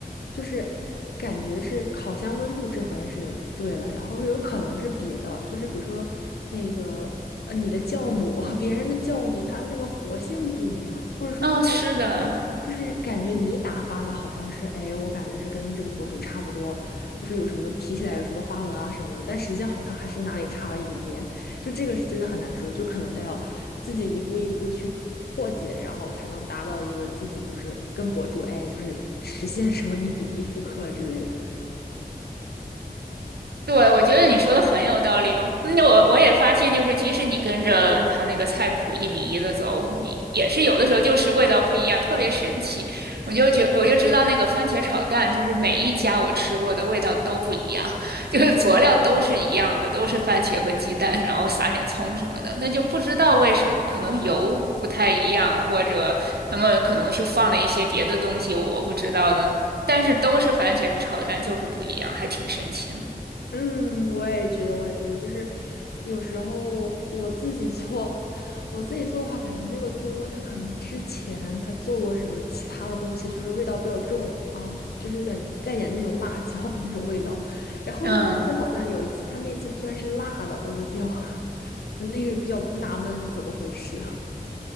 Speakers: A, on the left; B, on the right.
A: 就是感觉是烤箱温度这回是对了，然后有可能是别的，就是比如说那个呃你的酵母和 <laughs> 别人的酵母它那个活性不一样，或者说就是
B: 嗯、是的，
A: 就是感觉你打发的好像是哎，我感觉是跟这个博主差不多，就是有什么提起来有什么花纹啊什么的，但实际上好像还是哪里差了一点点。就这个是真的很难说，就可能得要自己一步一步去破解，然后才能达到一个自己就是跟博主哎，就是实现什么一比一复刻之类的。
B: 对，我觉得你说的很有道理哦。那我我也发现，就是即使你跟着他那个菜谱一比一的走，你也是有的时候就是味道不一样，特别神奇。我就觉我就知道那个番茄炒蛋，就是每一家我吃过的味道都不一样，<laughs> 就是佐料都是一样的，都是番茄和鸡蛋，然后撒点葱什么的，但就不知道为什么，可能油不太一样，或者他们可能就放了一些别的东西，我不知道呢。但是都是番茄炒蛋，就是不一样，还挺神奇的。
A: 嗯，我也觉得，我也觉得，就是有时候我自己做，我自己做的话，感觉那个锅它可能之前它做过什么其他的东西，就是味道比较重啊，就就是有点带点那种辣椒的那种味道。然后那个番茄炒蛋有一次，
B: 嗯，
A: 它那次居然是辣的，我就比较 <laughs> 我那个比较纳闷是怎么回事啊。